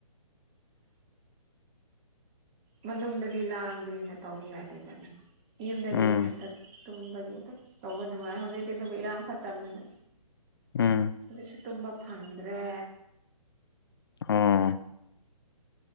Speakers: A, on the right; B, on the left.
A: ꯃꯅꯨꯡꯗꯗꯤ ꯂꯥꯡꯕꯅꯤꯅ ꯇꯧꯕ ꯌꯥꯗꯦꯗꯅ ꯌꯨꯝꯗꯗꯤ
B: ꯎꯝ
A: ꯏꯊꯟꯗ ꯇꯨꯝꯕꯒꯤ ꯇꯧꯕ ꯅꯨꯡꯉꯥꯏ ꯍꯧꯖꯤꯛꯇꯤ ꯑꯗꯨꯕꯨ ꯏꯔꯥꯡ ꯐꯠꯇꯕꯅꯤꯅ
B: ꯎꯝ
A: ꯑꯗꯨ ꯇꯨꯝꯕ ꯐꯪꯗ꯭ꯔꯦ
B: ꯑꯣ